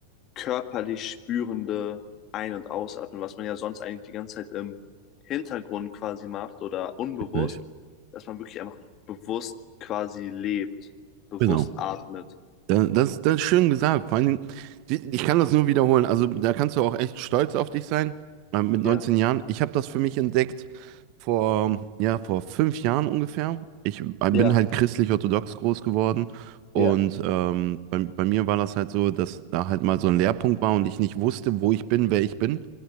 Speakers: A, on the left; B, on the right.
A: körperlich spürende Ein- und Ausatmen, was man ja sonst eigentlich die ganze Zeit im Hintergrund quasi macht oder unbewusst,
B: richtig.
A: dass man wirklich einfach bewusst quasi lebt, bewusst
B: Genau.
A: atmet.
B: Das, das, das ist schön gesagt. Vor allen Dingen, die- ich kann das nur wiederholen. Also da kannst du auch echt stolz auf dich sein, äh, mit 19
A: Ja,
B: Jahren. Ich habe das für mich entdeckt vor, ja, vor fünf Jahren ungefähr. Ich äh, bin
A: ja,
B: halt christlich-orthodox groß geworden. Und
A: ja,
B: ähm, bei, bei mir war das halt so, dass da halt mal so ein Leerpunkt war und ich nicht wusste, wo ich bin, wer ich bin.